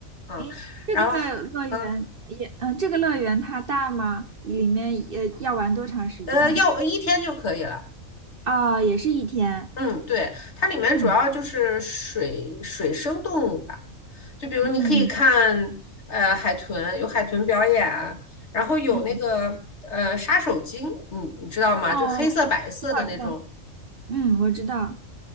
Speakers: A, on the left; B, on the right.
A: 嗯，
B: 诶，这个乐园也，
A: 然后嗯
B: 嗯、这个乐园它大吗？里面也要玩多长时间？
A: 呃，要一天就可以了。
B: 啊？也是一天。
A: 嗯，对，它里面主要就是水水生动物吧，
B: 嗯
A: 就比如你可以看呃海豚，
B: 嗯
A: 有海豚表演，然后有那个呃杀手鲸，
B: 嗯，
A: 你你知道吗？
B: 哦，
A: 就黑色白色的那种，
B: 知道知道，嗯，我知道。